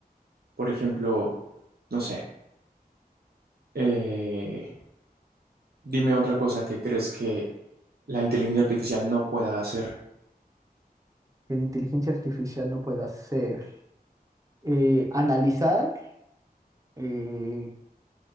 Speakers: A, on the right; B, on the right.
A: por ejemplo, no sé, eh, dime otra cosa que crees que la inteligencia artificial no pueda hacer
B: Que la inteligencia artificial no puede hacer eh, analizar eh,